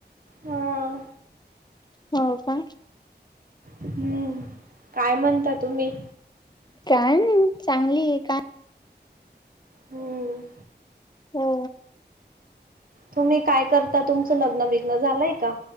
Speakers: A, on the right; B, on the left.
A: हा.
B: हो का
A: हम्म काय म्हणता तुम्ही
B: काय नाही चांगली आहे काय?
A: होम.
B: हो
A: तुम्ही काय करता तुमचं लग्न बिघ्न झालंय का?